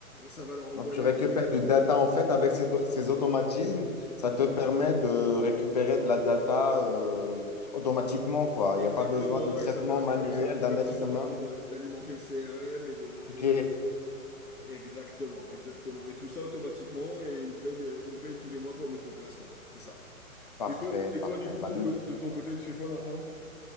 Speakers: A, on the left (about 90°); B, on the left (about 30°).
A: ça va leur envoyer
B: donc tu récupères du data en fait avec ces, do- ces automatismes, ça te permet de récupérer de la data euh, automatiquement, quoi.
A: Exactement,
B: Il n'y a pas besoin de traitement
A: et ça per-
B: manuel
A: et comme ça, et
B: d'un
A: comme
B: être
A: ça, ça
B: humain.
A: permet de- d'alimenter le CRM et de
B: Ok,
A: et- exactement, exactement. Et tout ça automatiquement, et il me paye, euh, il me paye tous les mois pour le mettre en place, quoi. C'est ça.
B: parfait,
A: Et toi, et
B: parfait.
A: toi, du coup,
B: Bah,
A: ton
B: du-
A: co- de ton côté, tu fais quoi maintenant?